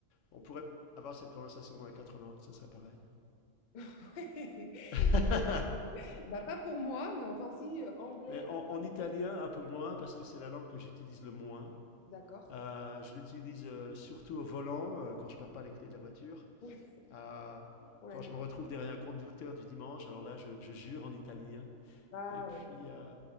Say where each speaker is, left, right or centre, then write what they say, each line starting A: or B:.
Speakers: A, on the left; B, on the left.
A: On pourrait avoir cette conversation dans les quatre langues, ça serait pareil.
B: <laughs>
A: <laughs>
B: Ouais. Bah, pas pour moi, mais enfin, si, euh, anglais.
A: Mais en, en
B: français.
A: italien, un peu moins, parce que c'est la langue que j'utilise le moins.
B: D'accord.
A: Euh, je l'utilise euh, surtout au volant, euh, quand je ne perds pas les clés de la voiture.
B: Oui.
A: Euh,
B: Pour
A: quand
B: l'année.
A: je me retrouve derrière un conducteur du dimanche, alors là, je, je jure en italien.
B: Ah,
A: Et puis,
B: oui.
A: euh,